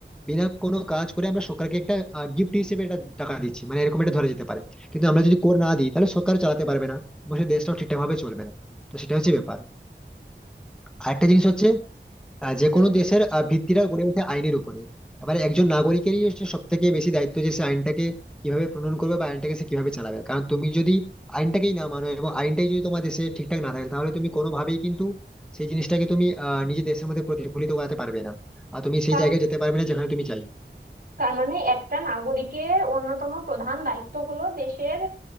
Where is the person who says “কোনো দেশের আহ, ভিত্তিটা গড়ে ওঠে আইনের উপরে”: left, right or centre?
Centre